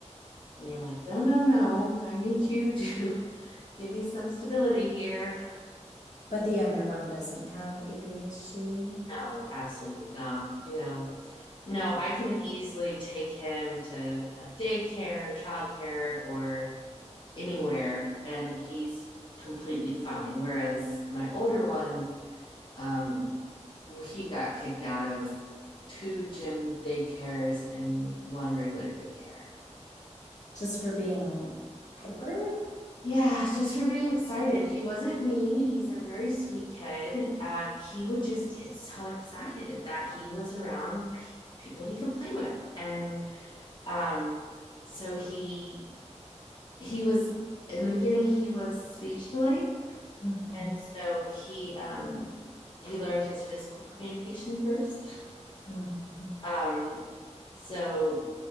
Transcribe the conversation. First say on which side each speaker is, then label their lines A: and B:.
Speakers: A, on the left; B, on the left.
A: And you're like, no, no, no, I need you to <laughs> give me some stability here.
B: But the younger one doesn't have ADHD
A: No, absolutely not. You know, no, I can easily take him to a daycare, childcare, or anywhere and he's completely fine. Whereas my older one, um, he got kicked out of two gym daycares and one regular daycare.
B: just for being hyper.
A: Yeah, just for being excited. He wasn't mean. He's a very sweet kid. Um, he would just get so excited that he was around p- people he could play with, and um, so he he was in the beginning he was speech delayed,
B: Mm-hmm.
A: And so he um, he learned his physical communication first.
B: Mm-hmm.
A: Um, so